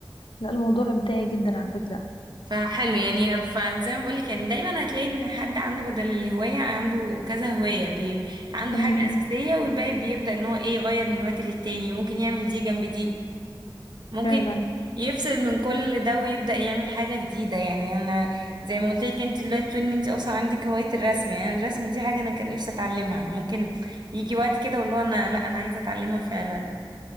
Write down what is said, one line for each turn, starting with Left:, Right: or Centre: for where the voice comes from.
Left: لا الموضوع إبداعي جدا على فكرة
Right: فحلو يعني فزي ما بقولك يعني دايما هتلاقي ان حد عنده بدل الهواية عنده كذا هواية بي... عنده
Left: امم
Right: حاجة أساسية والباقي بيبدأ ان هو ايه يغير من وقت للتاني ممكن يعمل دي جنب دي ممكن
Left: فعلا
Right: يفصل من كل ده ويبدأ يعمل حاجة جديدة يعني انا زي ما قلت لك انت دلوقتي تقولي ان انت اصلا عندك هواية الرسم يعني أنا الرسم دي حاجة انا كان نفسي اتعلمها ممكن يجي وقت كده واللي هو انا لا انا عايزة اتعلمها فعلا